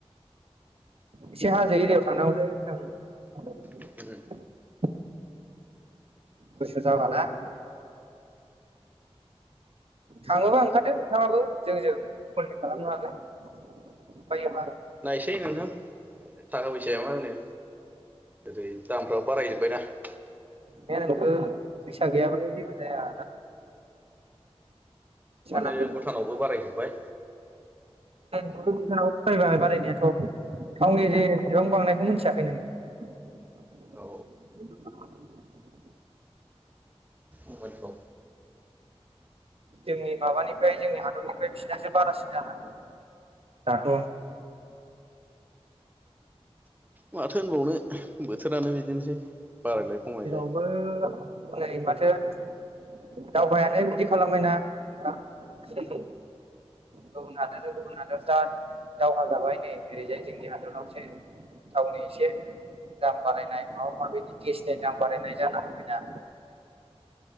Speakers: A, on the right; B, on the right.
A: एसे हाजो एरियाव थांनांगौ लै
B: उम
A: <unintelligible> गुसु जाबाना। थांङोबा ओंखारदो नोंथाङाबो जोंजों कन्टेक खालामनो हागोन बायोबा।
B: नायसै नोंथां थाखा फैसाया मा होनो ओरै दामफ्रा बारायजोब्बायना। <unintelligible>
A: <unintelligible> जा गैया बालाय जाया आ
B: माथो
A: नांगोरगौ
B: भुटानावबो
A: सिगां
B: बारायजोबाय।
A: <unintelligible> बारायनायाथ थावनि जे बिबां बांनायखौ मिथियाखै नोङो।
B: औ
A: <inaudible>
B: मोनखौ
A: जोंनि माबानिफ्राय जोंनि हादरनिफ्राय बिसिरनासो बारासिन जान दङ दाथ'
B: माथो होनबावनो। बोथोरानो बिदिनोसै। बारायलाय खमायलाय
A: जेरावबो नै मा थो दावबायानो बिदि खालामबायना नोंथां
B: उम उम
A: गुबुन हादरजों गुबुन हादर जा दावहा जाबाय नै ओरैजाय जोंनि हादरावसो थावनि एसे दाम बारायनाय माबा मायबिनि गेसनि
B: उम
A: दाम बानायनाय जानो होबायना।